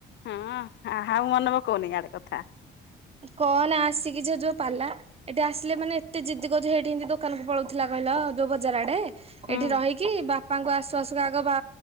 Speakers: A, on the left (about 65°); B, on the right (about 30°).
A: ହଁ ଆଉ ମନେପକୋଉନି ଆଡେ କଥା?
B: କହନା ଆସିକି ଯଯୋଉ ପାଲା ଏଠି ଆସିଲେ ମାନେ ଏତେ ଜିଦି କହୁଛ ସେଇଠି ଏମିତି ଦୋକାନକୁ ପଳଉଥିଲା କହିଲ ଯୋଉ ବଜାର ଆଡେ
A: ହୁଁ
B: ଏଇଠି ରହିକି ବାପ ପାଙ୍କୁ ଆସୁ ଆସୁ ଆଗ